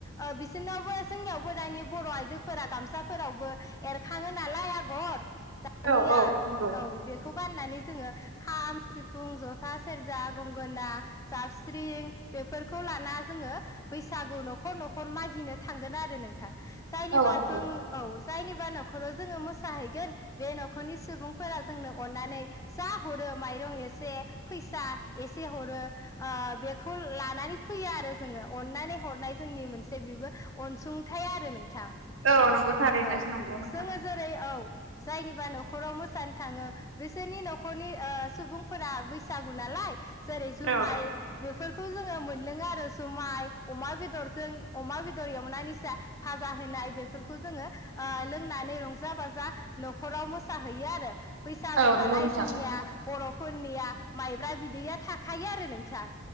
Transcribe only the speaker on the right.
औ औ नंगौ
औ नंगौ
औ नंगौ थारैनो
नंगौ नोंथां
औ
औ
नंगौ नोंथां